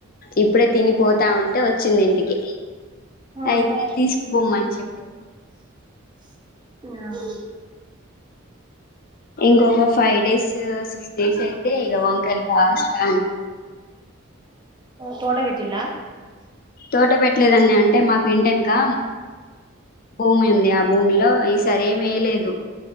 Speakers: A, on the left (about 45°); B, on the right (about 20°).
A: ఇప్పుడే తినిపోతా ఉంటే వచ్చింది ఇంటికి
B: ఆ ఆహా
A: అయితే తీసుకుపొమ్మని చెప్పిన
B: ఆ
A: ఇంకొక ఫైవ్ డేస్ సిక్స్ డేస్ అయితే ఇగ వంకాయలు కాస్ <inaudible>
B: ఫోటో పెట్టిల్లా
A: తోట పెట్టలేదని అని అంటే మాకు ఇంటేనుకా భూమి ఉంది ఆ భూమిలో ఈసారి ఏం ఏయలేదు